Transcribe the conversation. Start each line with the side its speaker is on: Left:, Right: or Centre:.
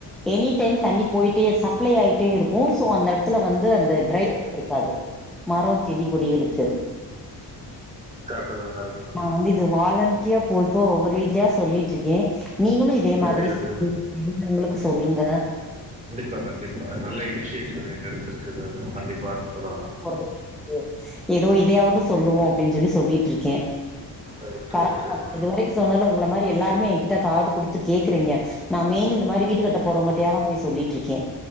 Centre: எனி டைம் தண்ணி போயிட்டே சப்ளை அய்ட்டே இருக்கு சோ அந்தட் த்துல வந்து அந்த ட்ரை இருக்காது மரம் செடி கொடிகளுக்கு
Right: கரெக்ட் தா கரெக்ட் தா
Centre: நா வந்து இது வாலன் ஜியா போய்ப்போ ஒரீட்லியா சொல்லிட்ருக்கே நீங்களு இதே
Right: வெரி
Centre: மாதிரி
Right: குட்
Centre: <unintelligible> உங்களுக்கு சொல்லுங்க
Right: கண்டிப்பா கண்டிப்பா நல்ல இனிஷியேட்டிவ் எங்க எடுத்துருக்குறது நம்ம கண்டிப்பா சொல்லலா
Centre: போறதுக்கு ஏதோ இதையாவது சொல்லுவோ அப்படின் ஜொல்லி சொல்லிட்ருக்கே
Right: ரைட்
Centre: பர
Right: ரைட்
Centre: <unintelligible>
Right: ரைட்
Centre: வால் இது வரைக்கு சொன்னல உங்கள மாரி எல்லாருமே எங்கிட்ட காது குடுத்து கேக்றீங்க நா மெயினு இந்தமாரி வீட்டு கட்ட போறவங்கட்டயா தா போய் சொல்லிட்ருக்கே